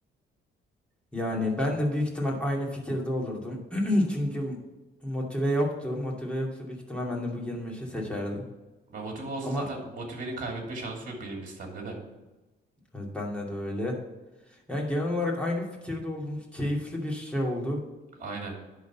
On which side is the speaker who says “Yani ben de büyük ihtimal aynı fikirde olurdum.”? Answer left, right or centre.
Centre